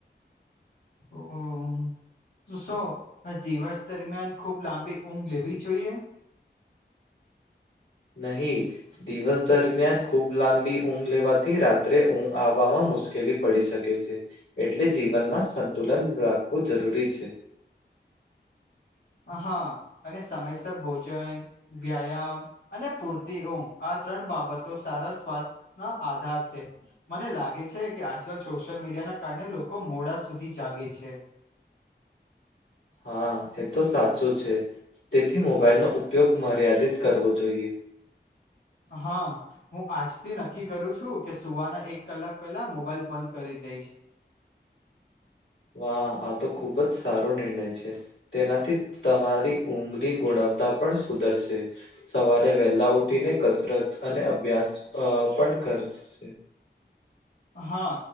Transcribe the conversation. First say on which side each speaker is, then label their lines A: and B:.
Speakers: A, on the left; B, on the left.
A: ઓ તો સો દિવસ દરમિયાન ખુબ લાંબી ઊંઘ લેવી જોઈએ.
B: નહી દિવસ દરમિયાન ખૂબ લાંબી ઊંઘ લેવાથી રાત્રે ઊંઘ આવવામાં મુશ્કેલી પડી શકે કે છે એટલે જીવનમાં સંતુલન રાખવું જરૂરી છે.
A: હા અને સમયસર ભોજન વ્યાયામ અને પૂરતી ઉઘ આ ત્રણ બાબતો સારા સ્વાસ્થ્ય ના આધાર છે. મને લાગે છે કે આજકાલ સોશિયલ મીડિયા ના કારણે લોકો મોડા સુધી જાગે છે.
B: હા એ તો સાચું છે તેથી મોબાઈલનો ઉપયોગ મર્યાદિત કરવો જોઈએ.
A: હા હું આજથી નક્કી કરું છું કે સુવાના એક કલાક પહેલા મોબાઈલ બંધ કરી દઈશ.
B: વાહ આ તો ખુબ જ સારો નિર્ણય છે. તેનાથી તમારી ઊઘરી ગુણવત્તા પણ સુધરશે સવારે વહેલા ઉઠીને કસરત અને અભ્યાસ અ પણ કરશે.
A: હા